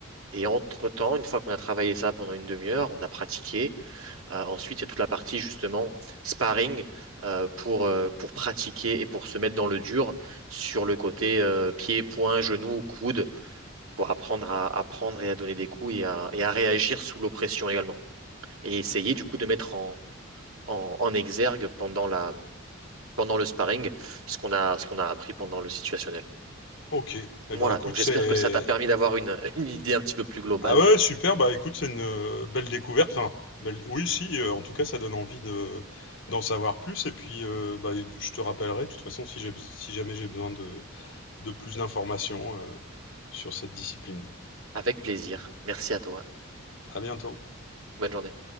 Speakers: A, on the right; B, on the left.
A: Et entre-temps, une fois qu'on a travaillé ça pendant une demi-heure, on a pratiqué. Euh, ensuite, il y a toute la partie justement sparring euh, pour, euh, pour pratiquer et pour se mettre dans le dur sur le côté euh, pied, poing, genou, coude, pour apprendre à, à prendre et à donner des coups et à, et à réagir sous l'oppression également. Et essayer du coup de mettre en, en, en exergue pendant la, pendant le sparring ce qu'on a, ce qu'on a appris pendant le situationnel.
B: OK. Et
A: Voilà,
B: ben écoute,
A: donc j'espère
B: c'est
A: que ça t'a permis d'avoir une, <laughs> une idée un petit peu plus globale.
B: Ah ouais, super, bah écoute, c'est une euh, belle découverte. Enfin, belle- Oui, si, euh, en tout cas, ça donne envie de d'en savoir plus. Et puis, euh, bah, je te rappellerai, de toute façon, si j'ai, si jamais j'ai besoin de, de plus d'informations, euh, sur cette discipline.
A: Avec plaisir. Merci à toi.
B: À bientôt.
A: Bonne journée.